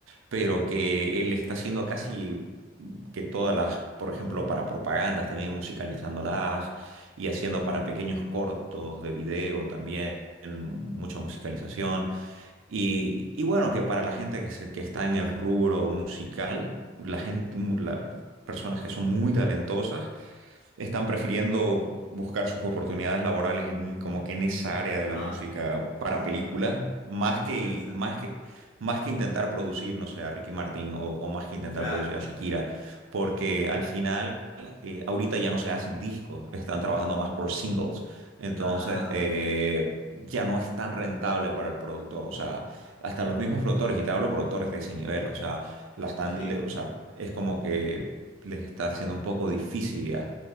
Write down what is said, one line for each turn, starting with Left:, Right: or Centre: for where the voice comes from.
Right: pero que él está haciendo casi que todas las, por ejemplo, para propagandas, también musicalizándolas y haciendo para pequeños cortos de video también, mucha musicalización. Y, y bueno, que para la gente que, se- que está en el rubro musical, la gente, mu- la- personas que son muy talentosas, están prefiriendo buscar sus oportunidades laborales en- como que en esa área
Left: Ajá.
Right: de la música para
Left: Ah,
Right: películas, más
Left: ah, qué
Right: que,
Left: interesante.
Right: más que, más que intentar producir, no sé, a Ricky Martin o, o más que intentar
Left: Claro.
Right: producir a Shakira, porque al final, eh, ahorita ya no se hacen discos, están trabajando más por singles, entonces
Left: Ah,
Right: eh,
Left: ok.
Right: ya no es tan rentable para el productor, o sea, hasta los mismos productores, y te hablo productores de ese nivel, o sea, la están,
Left: Sí,
Right: le- o sea, es como que les está haciendo un poco difícil ya.